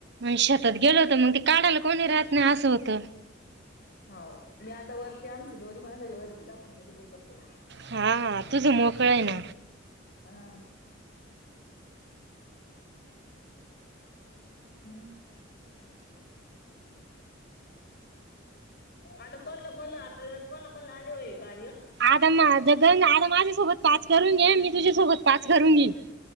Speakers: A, on the right; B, on the left.
A: मी शेतात गेलं होतं मग ते काढायला कोणी राहत नाही असं होतं.
B: हाव मी आता वर ते आमची दोरी बांधाय ला वरती टाकून देत बाई कपडे.
A: हा तुझं मोकळं आहे ना
B: हा. हम्म. आता कोणलं कोणलं आपल्याला कोणला कोणला आले होई. कार्य
A: आता मा जगन आता माझ्यासोबत पाच करून घे मी तुझ्यासोबत पाच करून घेईन.